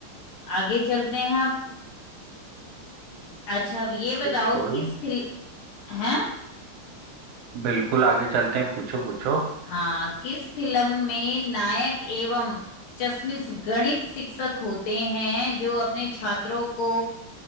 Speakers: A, on the left; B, on the right.
A: आगे चलते हैं आप अच्छा अब ये
B: बिल्कुल
A: बताओ किस फिल्म हैं
B: बिल्कुल आगे चलते हैं पूछो पूछो
A: हाँ किस फिल्म में नायक एवं चश्मिश गणित शिक्षक होते हैं जो अपने छात्रों को